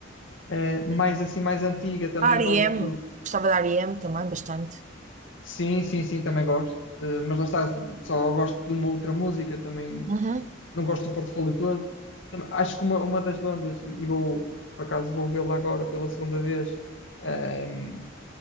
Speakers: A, on the left (about 75°); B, on the right (about 40°).
A: Eh, mais
B: Sim.
A: assim, mais antiga, também
B: A R
A: gosto,
B: E M Gostava da R E M também, bastante.
A: Sim, sim, sim, também gosto. Eh, mas lá está, só gosto de uma outra música, também
B: Uhum.
A: não gosto do portfólio todo. Também acho que uma, uma das bandas, e e vou, por acaso, vou vê-la agora pela segunda vez, ehm,